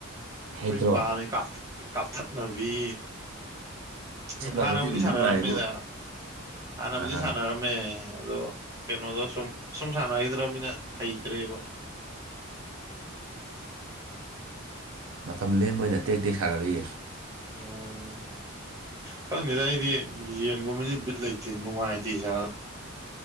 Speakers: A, on the right; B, on the right.
A: ꯍꯩꯇ꯭ꯔꯣ
B: ꯀꯣꯏ ꯕꯥꯃꯦ ꯀꯞꯇ ꯀꯥꯞꯊꯠꯅꯕꯤ ꯎꯝ
A: ꯁꯥꯟꯅꯕꯗꯤ
B: ꯍꯥꯟꯅꯕꯨꯗꯤ
A: ꯅꯨꯡꯗꯤ
B: ꯁꯥꯟꯅꯔꯝꯃꯦꯗ
A: ꯅꯨꯡꯉꯥꯏꯌꯦꯕꯨ
B: ꯍꯥꯟꯅꯕꯨꯗꯤ
A: ꯑꯥ
B: ꯁꯥꯟꯅꯔꯝꯃꯦ ꯑꯗꯣ ꯀꯩꯅꯣꯗꯣ ꯁꯨꯝ ꯁꯨꯝ ꯁꯥꯟꯅꯈꯤꯗ꯭ꯔꯅꯤꯅ ꯍꯩꯇ꯭ꯔꯦꯕ
A: ꯃꯇꯝ ꯂꯦꯡꯕ ꯑꯣꯏꯅ ꯇꯦꯛꯇꯦꯛ ꯁꯥꯟꯅꯔꯛꯏ
B: ꯑꯣ ꯈꯔꯪꯅꯤꯗ ꯑꯩꯗꯤ ꯌꯦꯟꯒꯨꯝꯕꯁꯦ ꯕꯤꯠ ꯂꯩꯇꯦ ꯅꯨꯡꯉꯥꯏꯗꯤ ꯍꯥꯏ